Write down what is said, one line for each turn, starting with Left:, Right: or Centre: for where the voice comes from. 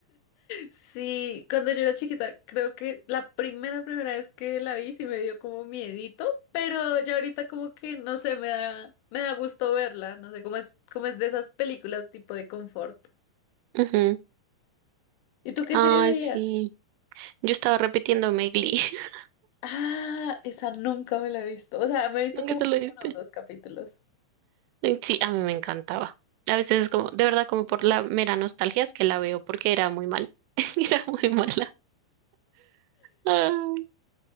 Left: Sí, cuando yo era chiquita, creo que la primera, primera vez que la vi sí me dio como miedito, pero ya ahorita como que, no sé, me da, me da gusto verla, no sé, como es, como es de esas películas tipo de confort.
Right: <laughs> Ujú.
Left: ¿Y tú qué
Right: Ay,
Left: serie veías?
Right: sí. Yo estaba repitiéndome Glee. <laughs>
Left: Ah, esa nunca me la he visto. O sea, me he visto
Right: Nunca
Left: como
Right: te lo
Left: uno
Right: viste.
Left: o dos capítulos.
Right: Sí, a mí me encantaba. A veces es como, de verdad, como por la mera nostalgia es que la veo porque era muy mala. <laughs> Era muy mala. Ay,